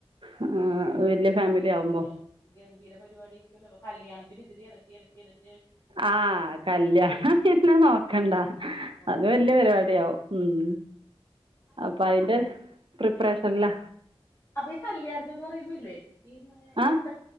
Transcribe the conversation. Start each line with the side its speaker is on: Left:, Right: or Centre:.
Right: ആഹ് വല്യ ഫാമിലി ആവുമ്പോ
Left: അല്ലേ ഗംഭീര പരിവാടി ആയിക്കോല്ലോ കല്യാണത്തിന് ഇതിന്റീം എരട്ടി എരട്ടി എരട്ടി
Right: ആഹ് കല്യാണം പിന്നെ നോക്കണ്ട
Left: നോക്കണ്ട
Right: അത് വല്യ പരിവാടി ആവും ഉം അപ്പൊ അയിന്റെ പ്രിപ്പറേഷനൻലാ
Left: അപ്പൊ ഈ കല്യാണത്തിന് ന്ന് പറയുമ്പോല്ലേ ഈ <unintelligible>
Right: ആ
Left: എത്ര